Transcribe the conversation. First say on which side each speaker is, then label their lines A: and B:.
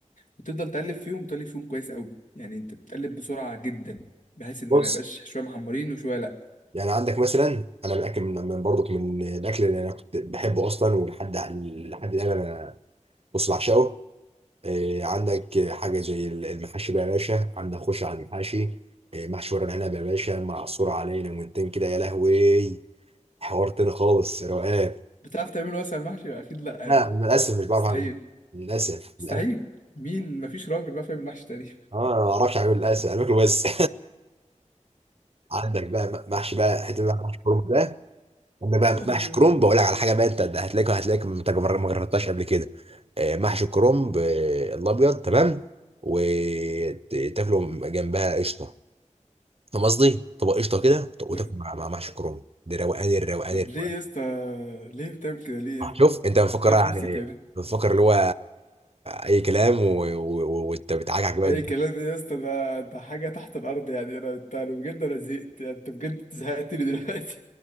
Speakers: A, on the left; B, on the right.
A: بتفضل تقلب فيهم تقلب فيهم كويس قوي يعني انت بتقلب بسرعه جدا بحيث ان
B: بص
A: ما يبقاش شويه محمرين وشويه لا
B: يعني عندك مثلا انا متاكد من من برضك من الاكل اللي انا كنت بحبه اصلا ولحد لحد الان انا بص بعشقه إيه، عندك حاجه زي المحاشي بقى يا باشا عندك خش على المحاشي إيه، محشي ورق العنب يا باشا معصور عليه ليمونتين كده يا لهوي حوار تاني خالص روقان
A: بتعرف تعمله اصلا المحشي اكيد لا
B: لا
A: يعني
B: للاسف مش بعرف
A: مستحيل
B: اعمل للاسف
A: مستحيل
B: للاسف
A: مين مفيش راجل بقى فاهم المحشي تقريبا
B: اه انا ما اعرفش اعمل الاسئله انا باكله بس <laughs> عندك بقى محشي بقى حته بقى محشي كرنب ده عندك بقى محشي
A: ايوه
B: كرنب بقول لك على حاجه بقى انت هتلاقيك هتلاقيك ما تجر- ما جربتهاش قبل كده آه، محشي كرنب آه، الابيض تمام وتاكله جنبها قشطه فاهم قصدي؟ طبق قشطه كده وتاكل
A: لا.
B: مع مع محشي كرنب ده روقان الروقان
A: طب
B: الروقان
A: ليه يا اسطى ليه بتعمل كده ليه
B: آه،
A: يعني
B: شوف انت بتفكر
A: بتعمل
B: يعني
A: في نفسك كده ليه
B: بتفكر اللي هو اي كلام و- و- و- وانت بتعجعج بقى
A: اي كلام ايه يا اسطى ده ده حاجه تحت الارض يعني انا انت أنا بجد انا زهقت يعني انت بجد زهقتني دلوقتي